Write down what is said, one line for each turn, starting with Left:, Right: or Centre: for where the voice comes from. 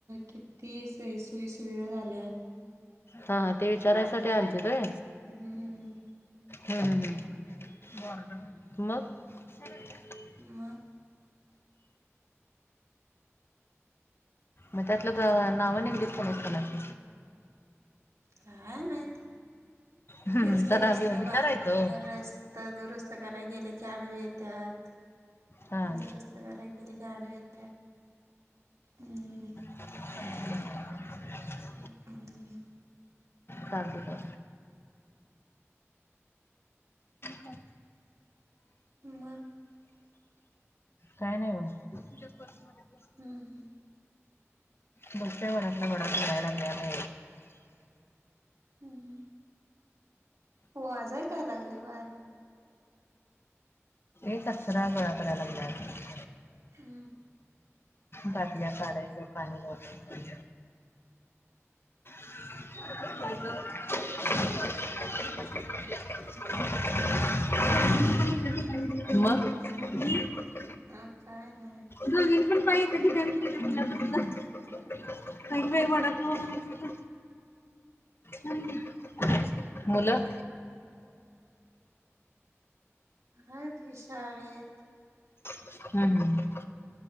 Right: किती सुोई सोई सुविधा झाल्यात
Left: हा ते विचारायसाठी आलते तय
Right: हम्म
Left: हम्म ह हम मग हालां निका
Right: मग
Left: मग त्यातलं तो नावनी बीफोन केलात
Right: काय माहीत
Left: हम्म
Right: तेच कि
Left: तर आम्ही
Right: रस्त
Left: विचारायचं
Right: बा रस् त दुरुस्त कराला गेले की आडवे येतात
Left: हा
Right: दुरुस्त कराय गेली आडवा येत हम्
Left: हा हा
Right: हम्
Left: चाळ गेला पु...
Right: मग
Left: काय नाही व ऐक वर्षे
Right: हम्म हम्
Left: बसते मण आपल्या घड भरायला लागले आता
Right: ह् हो आजय काय लागले वार
Left: एक कचरा गोळा कराला लागला आता
Right: हम
Left: बादल्या काढायचं पाणी बोटायचं पण
Right: <inaudible>
Left: <unintelligible>
Right: ह <unintelligible>
Left: मग.
Right: हा काय नाही?
Left: दोघींनी पण पाय एका ठिकाणीच ठेवलेत. काय ग बाई वडापाव? हम्म. मुलं.
Right: हायेत की शाळेत
Left: हा हा.